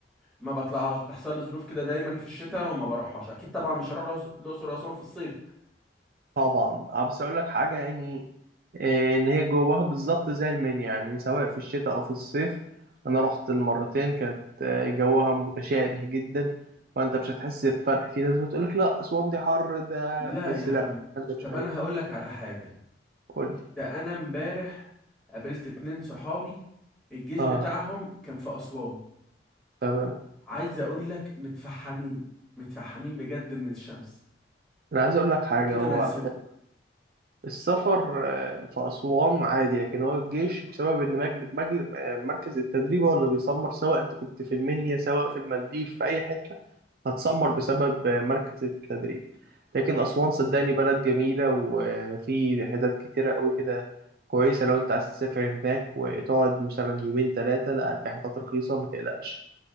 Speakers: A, in the centre; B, on the right (about 55°).
A: ما بطلعهاش بتحصل لي ظروف كده دايما في الشتاء وما بروحهاش أكيد طبعا مش هروح الأقص- الأقصر وأسوان في الصيف
B: طبعا أه بس أقول لك حاجة يعني آه، إن هي جواها بالظبط زي المنيا يعني سواء في الشتاء أو في الصيف أنا رحت المرتين كانت آه، جوها متشابه جدا فأنت مش هتحس بفرق في ناس بتقول لك لا أسوان دي حر ده
A: لا
B: بس
A: يا عم
B: لا ده مش
A: طب
B: حقيقي
A: أنا هقول لك على حاجة
B: قول لي
A: ده أنا امبارح قابلت اتنين صحابي الجيش
B: أه
A: بتاعهم كان في أسوان
B: تمام
A: عايز أقول لك متفحمين متفحمين بجد من الشمس
B: أنا عايز
A: جسمهم
B: أقول لك حاجة
A: كده
B: هو
A: ملسوع
B: السفر آه، في أسوان عادي لكن هو الجيش بسبب إن مجل... مجل... آه، مركز التدريب هو اللي بيسمر سواء أنت كنت في المنيا سواء في المالديف في أي حتة هتسمر بسبب آه، مركز التدريب لكن أسوان صدقني بلد جميلة وفي حتت كتيرة قوي كده كويسة لو أنت عايز تسافر هناك وتقعد مثلا يومين تلاتة لا هتلاقي حتت رخيصة ما تقلقش